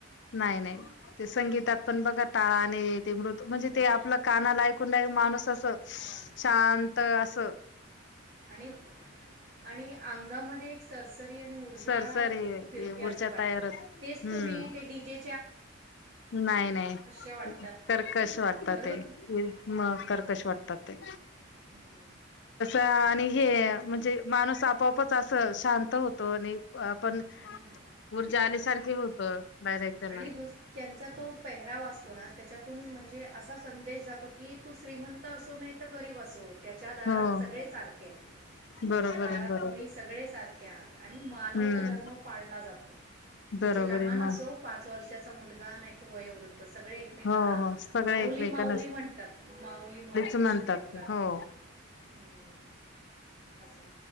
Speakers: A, on the left (about 55°); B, on the right (about 50°).
A: नाही नाही ते संगीतात पण बघा टाळाने ते मृत म्हणजे
B: हो
A: ते आपला कानालाऐकून डारेक माणूस असं शांत
B: हां
A: अस ह.
B: आणि आणि अंगामध्ये एक सरसरी आणि ऊर्जा
A: सरसरी
B: अ फिरते
A: ऊर्जा
B: असं वाटत
A: तयार होते.
B: तेच
A: हम्म
B: तुम्ही ते डीजे
A: नाही नाही
B: वाटतात ते
A: कर्कश वाटतात
B: बरोबर
A: ते,
B: की मग
A: म कर्कश वाटतात ते.
B: हम्म.
A: आणि हे म्हणजे माणूस आपोआपच अस शांत होतो, आणि पण
B: हम्म.
A: ऊर्जा आल्यासारख होत. डायरेक्ट त्याला
B: आणि दुस त्यांचा तो पेहरावा अस तो ना त्याच्यातून म्हणजे असा संदेश जातो की तू श्रीमंत असो नाही तर गरीब असोत. त्याच्या दारात
A: हो
B: सगळे सारखे,
A: बरोबर
B: त्याच्या दारात
A: आहे बरोबर
B: तुम्ही सगळे सारखे आहात आणि मानवता
A: हम्म
B: धर्म पाळला जातो, म्हणजे
A: बरोबर
B: लहान
A: आहे मग
B: असो पाच वर्षाचा मुलगा नाही त वयोवृद्ध सगळे एकमेकाला
A: हो हो सगळे
B: माऊली
A: एकमेकांना
B: माऊली म्हणतात, माऊली माऊलीच
A: म्हणतात
B: बोलतात.
A: ते हो
B: हम्म. असंय